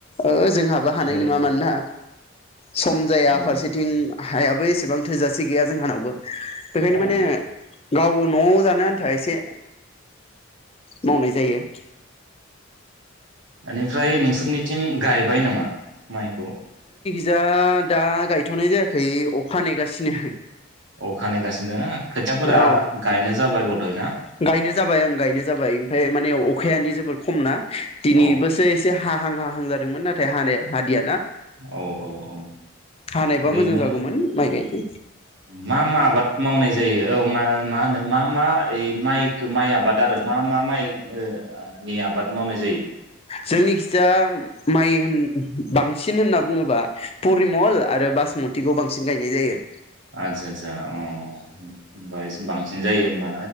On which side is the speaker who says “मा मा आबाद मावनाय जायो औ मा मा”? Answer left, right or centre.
Right